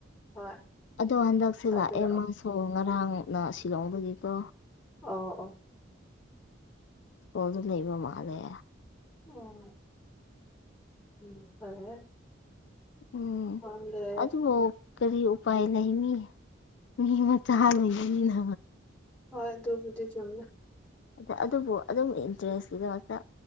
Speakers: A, in the centre; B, on the left.
A: ꯍꯣꯏ
B: ꯑꯗꯣ ꯍꯟꯗꯛꯁꯦ
A: ꯊꯥꯕꯤꯔꯛꯑꯣ
B: ꯂꯥꯛꯑꯦ ꯃꯥꯁꯨ ꯉꯔꯥꯡꯅ ꯁꯤꯂꯣꯡꯗꯒꯤꯀꯣ
A: ꯑꯣ ꯑꯣ
B: ꯀꯣꯜꯗ ꯂꯩꯕ ꯃꯥꯜꯂꯦ
A: ꯎꯝ ꯎꯝ ꯐꯔꯦ
B: ꯎꯝ
A: ꯈꯪꯗꯦ
B: ꯑꯗꯨ ꯀꯔꯤ ꯎꯄꯥꯏ ꯂꯩꯅꯤ ꯃꯤ ꯃꯆꯥ ꯂꯩꯕꯅꯤꯅ
A: ꯍꯣꯏ ꯑꯗꯨꯕꯨꯗꯤ ꯆꯨꯝꯃꯦ
B: ꯑ ꯑꯗꯨꯕꯨ ꯑꯗꯨꯝ ꯏꯟꯇꯔꯦꯁꯀꯤꯗꯃꯛꯇ